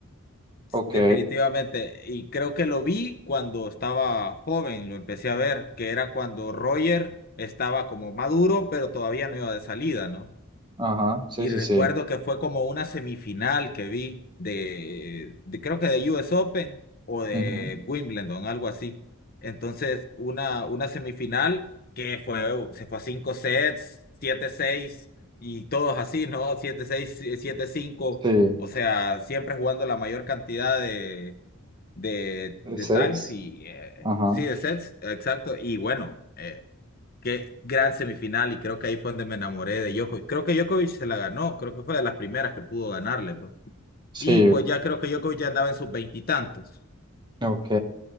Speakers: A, on the right; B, on the left.
A: Ok.
B: Definitivamente, y creo que lo vi cuando estaba joven, lo empecé a ver, que era cuando Roger estaba como maduro, pero todavía no iba de salida, ¿no?
A: Ajá, sí,
B: Y
A: sí,
B: recuerdo
A: sí.
B: que fue como una semifinal que vi de, de creo que de US Open o de
A: Ujú,
B: Wimbledon, algo así. Entonces, una, una semifinal que fue, uh, se fue a cinco sets, siete, seis, y todos así, ¿no? Siete, seis, siete, cinco.
A: Sí,
B: O sea, siempre jugando la mayor cantidad de de,
A: de
B: de
A: sets.
B: Times y eh,
A: Ajá,
B: sí, de Sets, exacto. Y bueno, eh, qué gran semifinal y creo que ahí fue donde me enamoré de Djokovic. Creo que Djokovic se la ganó, creo que fue de las primeras que pudo ganarle. Pues.
A: sí,
B: Y pues ya creo que Djokovic ya andaba en sus veintitantos,
A: ok,